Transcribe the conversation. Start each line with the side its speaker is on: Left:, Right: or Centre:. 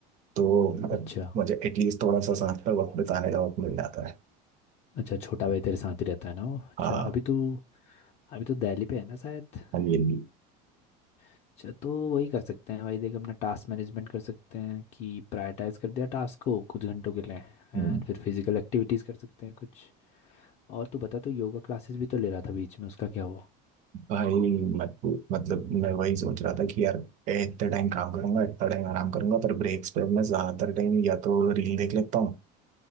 Right: तो मतलब
Left: अच्छा
Right: मुझे एटलीस्ट थोड़ा सा साथ में वक्त बिताने का वक्त मिल जाता है
Left: अच्छा छोटा भाई तेरे साथ ही रहता है ना वो अच्छा
Right: हाँ
Left: अभी तो अभी तो दिल्ली पे है ना शायद
Right: हाँ जी हाँ जी।
Left: अच्छा तो वही कर सकते हैं भाई देख अपना टास्क मैनेजमेंट कर सकते हैं कि प्रायोरिटाइज कर दिया टास्क को कुछ घंटों के लिए एंड
Right: हम्म,
Left: फिर फिजिकल एक्टिविटीज कर सकते हैं कुछ और तू बता तो योगा क्लासेस भी तो ले रहा था बीच में उसका क्या हुआ
Right: भाई मत पूछ मतलब मैं वही सोच रहा था कि यार इतना टाइम काम करूंगा इतना टाइम आराम करूंगा पर ब्रेक्स पे मैं ज्यादातर टाइम या तो रील देख लेता हूँ